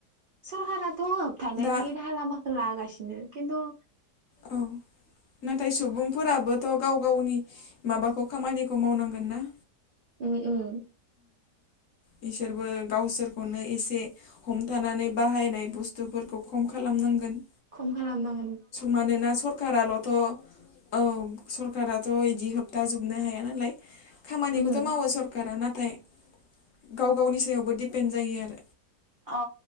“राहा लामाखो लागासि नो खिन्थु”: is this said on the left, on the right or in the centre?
Right